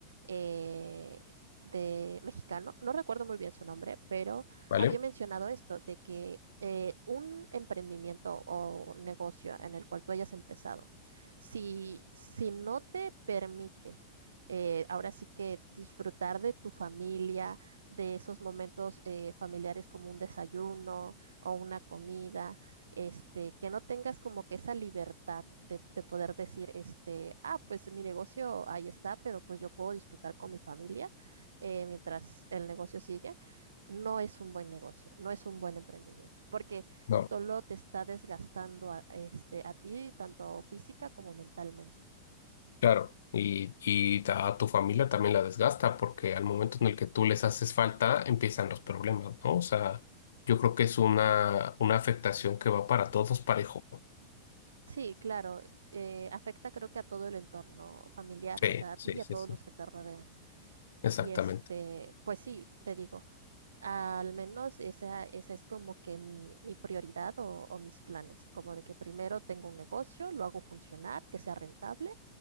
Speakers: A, on the right; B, on the left.
A: eh, de mexicano, no recuerdo muy bien su nombre, pero
B: ¿Vale?
A: había mencionado esto, de que eh, un emprendimiento o negocio en el cual tú hayas empezado, si, si no te permite, eh, ahora sí que disfrutar de tu familia, de esos momentos eh, familiares como un desayuno o una comida, este, que no tengas como que esa libertad de, de poder decir, este, ah, pues mi negocio ahí está, pero pues yo puedo disfrutar con mi familia eh, mientras el negocio sigue, no es un buen negocio, no es un buen emprendimiento, porque
B: No,
A: solo te está desgastando a, este, a ti, tanto física como mentalmente.
B: claro. Y, y a tu familia también la desgasta porque al momento en el que tú les haces falta empiezan los problemas, ¿no? O sea, yo creo que es una, una afectación que va para todos parejo.
A: Sí, claro, eh, afecta creo que a todo el entorno familiar,
B: Sí,
A: o sea, a
B: sí,
A: ti y
B: sí,
A: a todos
B: sí.
A: los que te rodean.
B: Exactamente.
A: Y este, pues sí, te digo. Al menos esa, esa es como que mi, mi prioridad o, o mis planes, como de que primero tengo un negocio, lo hago funcionar, que sea rentable